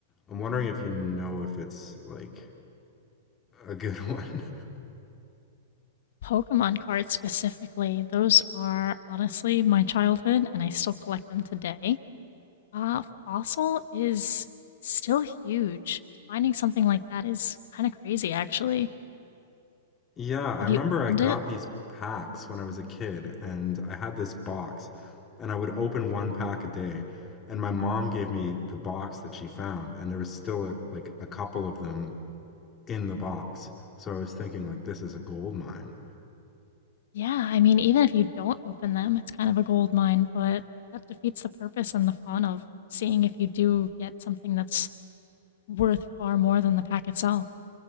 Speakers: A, on the left; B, on the left.
A: I'm wondering if you know if it's like a good <laughs> one.
B: Pokemon cards specifically. Those are honestly my childhood, and I still collect them today. Uh, Fossil is still huge. Finding something like that is kind of crazy, actually.
A: Yeah, I
B: Have
A: remember
B: you opened
A: I got
B: it?
A: these packs when I was a kid, and I had this box, and I would open one pack a day. And my mom gave me the box that she found, and there was still a, like a couple of them in the box. So I was thinking like this is a gold mine.
B: Yeah, I mean, even if you don't open them, it's kind of a gold mine, but that defeats the purpose and the fun of seeing if you do get something that's worth far more than the pack itself.